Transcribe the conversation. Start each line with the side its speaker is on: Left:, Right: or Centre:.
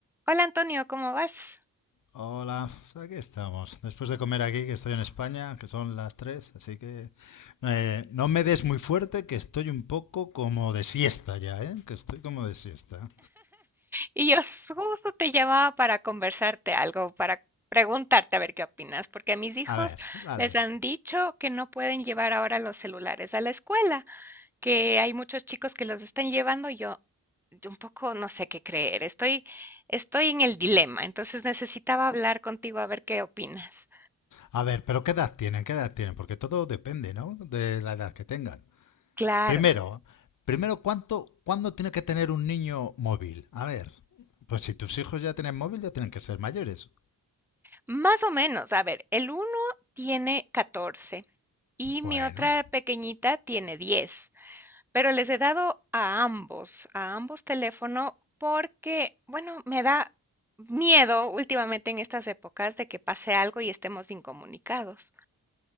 Centre: Hola Antonio, ¿cómo vas?
Left: Hola, aquí estamos. Después de comer aquí, que estoy en España, que son las 3, así que eh, no me des muy fuerte, que estoy un poco como de siesta ya, ¿eh? Que estoy como de siesta.
Centre: Y yo s- justo te llamaba para conversarte algo, para preguntarte a ver qué opinas, porque a mis hijos
Left: A ver, dale.
Centre: les han dicho que no pueden llevar ahora los celulares a la escuela, que hay muchos chicos que los están llevando y yo, yo un poco no sé qué creer, estoy, estoy en el dilema, entonces necesitaba hablar contigo a ver qué opinas.
Left: A ver, pero ¿qué edad tienen? ¿Qué edad tienen? Porque todo depende, ¿no? De la edad que tengan.
Centre: Claro,
Left: Primero, primero, ¿cuánto, cuándo tiene que tener un niño móvil? A ver, pues si tus hijos ya tienen móvil, ya tienen que ser mayores.
Centre: más o menos, a ver, el uno tiene 14 y mi
Left: Bueno,
Centre: otra pequeñita tiene 10. Pero les he dado a ambos, a ambos teléfono, porque, bueno, me da miedo últimamente en estas épocas de que pase algo y estemos incomunicados.